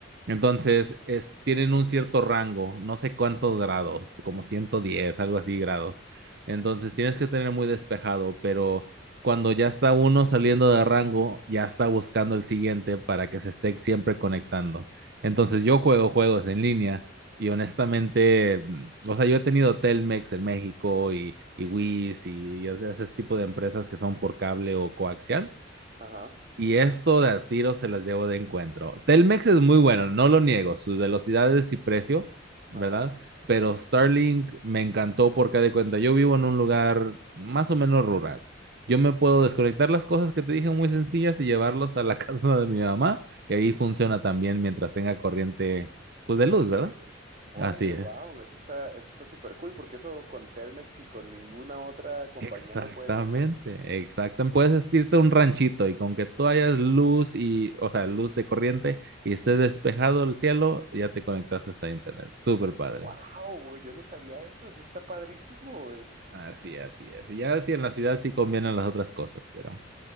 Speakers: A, on the right; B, on the right.
A: Entonces, es, tienen un cierto rango, no sé cuántos grados, como 110, algo así grados. Entonces, tienes que tener muy despejado, pero cuando ya está uno saliendo de rango, ya está buscando el siguiente para que se esté siempre conectando. Entonces, yo juego juegos en línea y honestamente mm, o sea, yo he tenido Telmex en México y, y Wiz y ese, ese tipo de empresas que son por cable o coaxial.
B: Ajá,
A: Y esto de a tiro se las llevo de encuentro. Telmex es muy bueno, no lo niego, sus velocidades y precio, ¿verdad?
B: ajá,
A: Pero Starlink me encantó porque de cuenta, yo vivo en un lugar más o menos rural. Yo me puedo desconectar las cosas que te dije muy sencillas y llevarlos a la <laughs> casa de mi mamá y ahí funciona también mientras tenga corriente, pues de luz,
B: eléctrica.
A: ¿verdad?
B: Órale,
A: Así es.
B: wow, eso está, eso está súper cool, porque eso con Telmex y con ninguna otra compañía
A: Exactamente,
B: lo puedes hacer.
A: exactamente. Puedes irte a un ranchito y con que tú hayas luz y, o sea, luz de corriente y esté despejado el cielo, ya te conectas a internet. Súper padre.
B: Wow, güey, yo no sabía eso, eso está padrísimo, güey.
A: Así, así es. Y ya sí en la ciudad sí convienen las otras cosas, pero